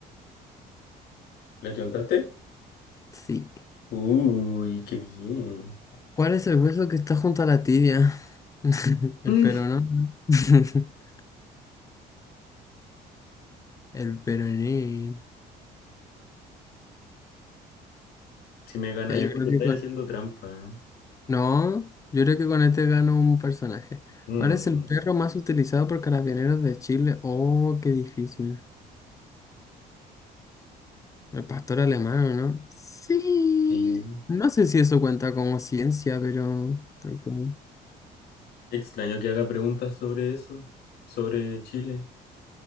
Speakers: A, on the left (about 70°); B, on the left (about 20°).
A: ¿La chontaste?
B: Sí.
A: Uy, qué bien.
B: ¿Cuál es el hueso que está junto a la tibia? <laughs> El
A: Mm,
B: peroné. <laughs> El peroné.
A: si me ganáis
B: Ya, yo
A: es porque
B: creo
A: estáis
B: que con-
A: haciendo trampa.
B: No, yo creo que con este gano un personaje.
A: Mm,
B: ¿Cuál es el perro más utilizado por carabineros de Chile? Oh, qué difícil. El pastor alemán, ¿no? Sí.
A: sí.
B: No sé si eso cuenta como ciencia, pero... ok.
A: Qué extraño que haga preguntas sobre eso, sobre Chile.